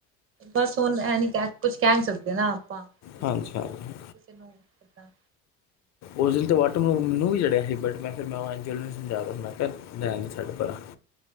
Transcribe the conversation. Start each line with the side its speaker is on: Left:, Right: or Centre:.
Right: ਬਸ ਹੁਣ ਇਹ ਨੀ ਕਹਿ ਕੁਛ ਕਹਿ ਨ ਸਕਦੇ ਨਾ ਆਪਾਂ ਕਿਸੇ
Left: ਹਾਂਜੀ
Right: ਦੇ ਕਿਸੇ
Left: ਹਾਂਜੀ
Right: ਨੂੰ ਪਾਂ
Left: ਓ ਦਿਨ ਤਾਂ ਵਟ ਮੈਨੂੰ ਵੀ ਚੜਿਆ ਸੀ ਬਟ ਮੈਂ ਫਿਰ ਮੈਂੰ ਆਚਲ ਨੂੰ ਸਮਝਾ ਕਰ ਮੈਂ ਕਿਆ ਰੈਣ ਦੇ ਛਡ ਪਰਾ